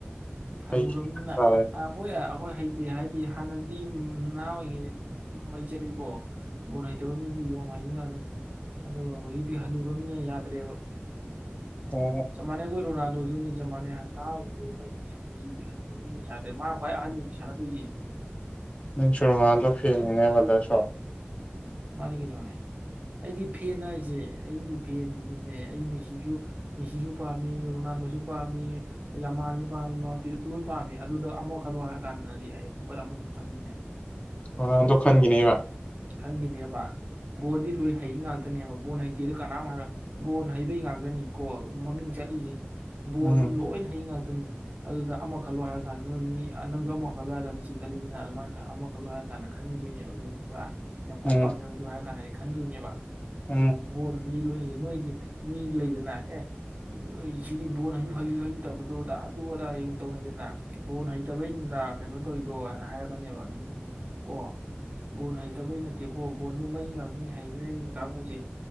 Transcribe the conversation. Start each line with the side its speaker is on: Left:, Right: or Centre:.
Right: ꯍꯅꯨꯔꯝꯅꯤꯅ
Left: ꯍꯩꯁꯤꯅ ꯇꯥꯔꯦ
Right: ꯍꯣꯏ ꯑꯩꯈꯣꯏ ꯍꯥꯏꯗꯤ ꯍꯥꯟꯅꯗꯤ ꯅꯍꯥ ꯑꯣꯏꯔꯤꯉꯩꯗꯗꯤ ꯃꯩ ꯆꯠꯂꯤꯀꯣ ꯒꯣꯟ ꯍꯩꯇꯕ ꯃꯤꯗꯤ ꯌꯣꯡ ꯍꯩꯅꯤꯡ ꯉꯥꯛꯇꯅꯤ ꯑꯗꯨꯒ ꯍꯧꯖꯤꯛꯇꯤ ꯍꯜꯟꯅꯔꯕꯃꯤꯅ ꯌꯥꯗ꯭ꯔꯦꯕ
Left: ꯑꯣ
Right: ꯆꯃꯅꯦꯅ ꯀꯣꯏ ꯔꯣꯅꯥ ꯑꯗꯨ ꯖ ꯃꯥꯟꯅꯦ ꯍꯥꯏ ꯅꯍ ꯑꯣꯏ ꯃꯩꯅꯦ ꯍꯧꯖꯤꯛꯇꯤ ꯃꯥ ꯍꯣꯏ ꯑꯅꯤ ꯈꯂ ꯇꯏꯦ
Left: ꯅꯪ ꯁꯨꯔꯃꯥꯟꯗ ꯐꯦꯉꯅꯦꯕꯗꯁꯨꯣ
Right: ꯃꯥꯅꯤ ꯀꯩꯅꯣꯅꯦ ꯑꯩꯗꯤ ꯐꯦꯟ ꯍꯥꯏꯁꯦ ꯑꯩꯒꯤ ꯐꯦꯟꯁꯤꯗꯤꯅꯦ ꯑꯩ ꯃꯦꯁꯤꯁꯨ ꯃꯦꯁꯤꯁꯨ ꯄꯥꯝꯃꯤ ꯔꯣꯅꯥꯜꯗꯣꯁꯨ ꯄꯥꯝꯃꯤ ꯌꯥꯃꯥꯟꯁꯨ ꯄꯥꯝꯃꯤ ꯂꯣꯏ ꯄꯥꯝꯃꯤ ꯑꯗꯨꯗ ꯑꯃ ꯈꯜꯂꯣ ꯍꯥꯏꯔ ꯀꯥꯟꯗꯗꯤ ꯑꯩ ꯑꯩꯈꯣꯏ ꯑꯃ ꯑꯗꯨꯝ ꯈꯟꯈꯤꯅꯦ
Left: ꯑꯗꯣ ꯈꯥꯟꯒꯤꯅꯦꯕ
Right: ꯈꯪꯈꯤꯅꯦꯕ ꯕꯣꯟꯗꯤ ꯂꯣꯏ ꯍꯩ ꯉꯥꯛꯇꯅꯦꯕ ꯕꯣꯟ ꯍꯩꯇꯦꯗ ꯀꯅꯥꯝ ꯍꯥꯏꯔ ꯕꯣꯟ ꯍꯩꯕꯩ ꯉꯥꯛꯇꯅꯤꯀꯣ ꯃꯃꯤꯡ ꯆꯠꯂꯤꯁꯦ ꯕꯣꯟꯗꯤ
Left: ꯎꯝ
Right: ꯂꯣꯏꯅ ꯍꯩ ꯉꯥꯛꯇꯣꯏꯅꯤ ꯑꯗꯨꯗ ꯑꯃ ꯈꯜꯂꯣ ꯍꯥꯏꯔꯀꯥꯟꯗ ꯅꯣꯏ ꯃꯤ ꯅꯪꯁꯨ ꯑꯃ ꯈꯜꯂꯣ ꯍꯥꯏꯔ ꯃꯤꯁꯤ ꯈꯜꯂꯤꯁꯤꯅ ꯑꯗꯨꯃꯥꯏꯅ ꯑꯃꯈꯜꯂꯣ ꯍꯥꯏꯔꯀꯥꯟꯗ ꯈꯪꯈꯤꯗꯣꯏꯅꯦꯕ ꯑꯗꯨ ꯈꯪꯕ꯭ꯔꯥ ꯌꯥꯝ ꯀ ꯈ꯭ꯋꯥꯏ
Left: ꯎꯝ
Right: ꯄꯥꯝꯃꯤꯕ ꯑꯗꯨ ꯍꯥꯏ ꯀꯥꯟꯗ ꯑꯩ ꯈꯟꯗꯣꯏꯅꯦꯕ
Left: ꯎꯝ
Right: ꯑꯗꯨꯗ ꯣꯜ ꯃꯤ ꯂꯣꯏꯗꯦ ꯅꯣꯏꯗꯤ ꯃꯤ ꯂꯩꯗꯅ ꯑꯦ ꯅꯣꯏ ꯁꯤꯗꯤ ꯕꯣꯟꯩ ꯍꯩ ꯍꯩꯇꯕꯗꯨꯣꯗꯥ ꯑꯗꯨ ꯑꯗꯥꯡ ꯇꯧꯅꯩꯗꯅ ꯕꯣꯟ ꯍꯩꯇꯕꯩꯩꯅꯗ꯭ꯔꯥ ꯀꯩꯅꯣ ꯇꯧꯔꯤꯗꯣ ꯍꯥꯏꯔ ꯍꯥꯏꯔꯛꯀꯅꯦꯕ ꯑꯗꯨ ꯃꯤꯅ ꯀꯣ ꯕꯣꯟ ꯐꯠꯇꯕꯩ ꯅꯠꯇꯦꯀꯣ ꯕꯣꯟꯗꯨ ꯃꯩ ꯉꯥꯛꯇꯅꯤ ꯍꯩꯔ ꯍꯔꯤ ꯀꯥꯡꯕꯨꯁꯦ